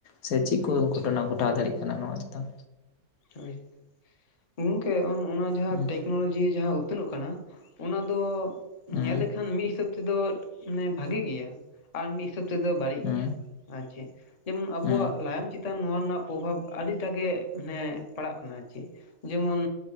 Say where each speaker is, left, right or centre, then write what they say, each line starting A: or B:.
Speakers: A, on the left (about 75°); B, on the left (about 35°).
A: ᱥᱮ ᱪᱮᱫ ᱠᱚ
B: ᱟᱪᱪᱷᱟ
A: ᱜᱷᱚᱴᱱᱟ ᱜᱷᱚᱴᱟᱣ ᱫᱟᱲᱮᱭᱟᱜ ᱠᱟᱱᱟ ᱱᱚᱣᱟ ᱪᱮᱛᱟᱱ
B: ᱦᱳᱭ ᱜᱚᱝᱠᱮ ᱚᱱ-ᱚᱱᱟ ᱡᱟᱦᱟᱸ
A: ᱦᱩᱸ
B: ᱴᱮᱠᱱᱳᱞᱚᱡᱤ ᱡᱟᱦᱟᱸ ᱩᱛᱱᱟᱹᱜ ᱠᱟᱱᱟ ᱚᱱᱟ ᱫᱚ
A: ᱦᱩᱸ
B: ᱧᱮᱞ ᱞᱮᱠᱷᱟᱱ ᱢᱤᱫ ᱦᱤᱥᱟᱹᱵ ᱛᱮᱫᱚ ᱢᱟᱱᱮ ᱵᱷᱟᱹᱜᱮ ᱜᱮᱭᱟ ᱟᱨ ᱢᱤᱫ ᱦᱤᱥᱟᱹᱵ ᱛᱮᱫᱚ ᱵᱟᱹᱲᱤᱡ
A: ᱦᱩᱸ
B: ᱜᱮᱭᱟ ᱟᱨ ᱪᱮᱫ ᱡᱮᱢᱚᱱ ᱟᱵᱚᱣᱟᱜ
A: ᱦᱩᱸ ᱦᱩᱸ
B: ᱞᱟᱭᱚᱝ ᱪᱮᱛᱟᱱ ᱱᱚᱣᱟ ᱨᱮᱱᱟᱜ ᱯᱨᱚᱵᱷᱟᱵᱽ ᱟᱹᱰᱤᱴᱟᱜ ᱜᱮ ᱢᱟᱱᱮ ᱯᱟᱲᱟᱜ ᱠᱟᱱᱟ ᱟᱨ ᱪᱮ ᱡᱮᱢᱚᱱ